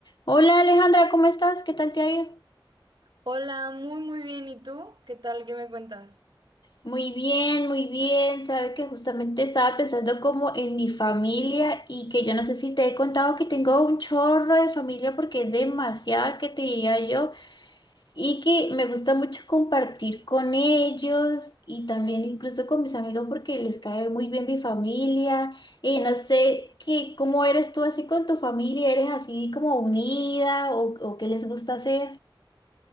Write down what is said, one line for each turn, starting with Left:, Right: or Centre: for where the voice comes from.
Left: Hola Alejandra, ¿cómo estás? ¿Qué tal te ha ido?
Right: Hola, muy muy bien. ¿Y tú? ¿Qué tal? ¿Qué me cuentas?
Left: Muy bien, muy bien. Sabe que justamente estaba pensando como en mi familia y que yo no sé si te he contado que tengo un chorro de familia porque es demasiada que te diría yo y que me gusta mucho compartir con ellos y también incluso con mis amigos porque les cae muy bien mi familia. Eh, no sé qué, cómo eres tú así con tu familia, ¿eres así como unida o, o qué les gusta hacer?